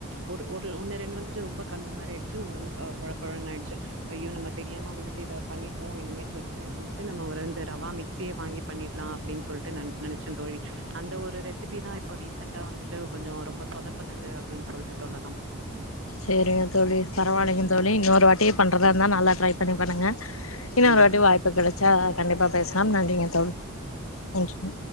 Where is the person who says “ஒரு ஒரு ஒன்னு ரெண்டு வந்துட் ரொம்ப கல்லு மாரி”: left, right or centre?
Right